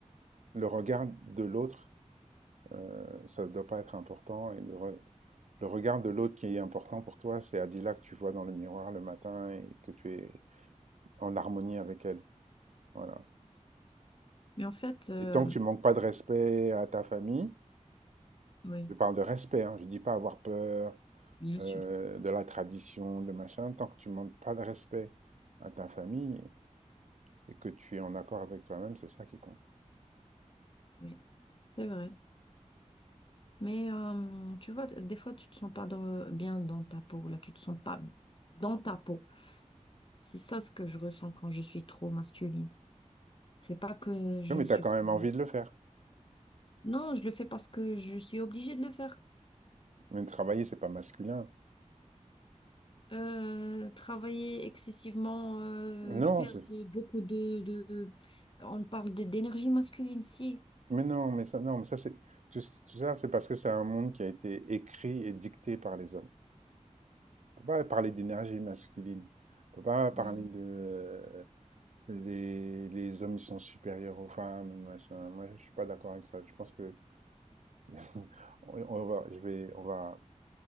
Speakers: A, on the right; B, on the left.
A: le regard de l'autre, euh, ça ne doit pas être important. Et le, re- le regard de l'autre qui est important pour toi, c'est Adila que tu vois dans le miroir le matin et que tu es en harmonie avec elle. Voilà.
B: Mais en fait, euh,
A: Et tant que tu manques pas de respect à ta famille,
B: oui,
A: je parle de respect, hein, je dis pas avoir peur
B: bien
A: euh,
B: sûr,
A: de la tradition, de machin, tant que tu manques pas de respect à ta famille, et que tu es en accord avec toi-même, c'est ça qui compte.
B: oui, c'est vrai. Mais euh, tu vois, des fois, tu te sens pas dans- bien dans ta peau, là, tu te sens pas dans ta peau. C'est ça ce que je ressens quand je suis trop masculine. C'est pas que je
A: Oui, mais
B: ne suis
A: tu as quand
B: pas...
A: même envie de le faire.
B: Non, je le fais parce que je suis obligée de le faire.
A: Mais travailler, c'est pas masculin.
B: Euh, travailler excessivement, euh,
A: Non,
B: faire
A: c'est...
B: de- beaucoup de, de... On parle de- d'énergie masculine, si.
A: mais non, mais ça, non, mais ça, c'est. Tout, tout ça, c'est parce que c'est un monde qui a été écrit et dicté par les hommes. On peut pas parler d'énergie masculine. On peut pas
B: Oui,
A: parler de. Les, les hommes, ils sont supérieurs aux femmes, machin. Moi, je suis pas d'accord avec ça. Je pense que. <laughs> on on va, je vais, on va,